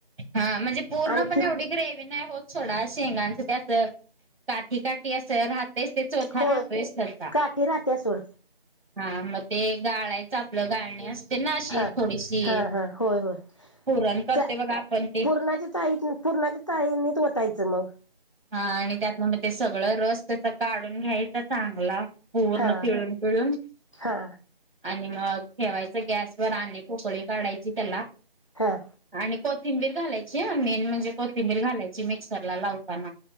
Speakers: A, on the right; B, on the left.
A: हा म्हणजे पूर्ण
B: आणखी
A: पण एवढी ग्रवी नाही होत ोडा शेंगांचं ते अस काठी काठी अस. राहत ते चौथा
B: होय
A: राहतोयच त्याचा
B: काठी राहत्या सोड
A: हा मग ते गाळायचं आपलं गाळणे असते ना अशी
B: हा
A: थोडीशी
B: हा हा होय होय
A: पुरण करते.
B: चा
A: बघा आपण ते
B: पूर्णाच्या चाळीत पूर्णाच्या चाळीनीत होतायचं मग
A: हा आणि त्यात म मग ते सगळं रस त्याचा काढून घ्यायचा चांगला पूर्ण
B: हा
A: पिळून पिळून
B: हा
A: आणि मग ठेवायच गॅस वर आणि पकळी काढायची त्याला
B: हा
A: आणि कोथिंबीर घालायची मेन म्हणजे कोथिंबीर घालायची मिक्सर लावताना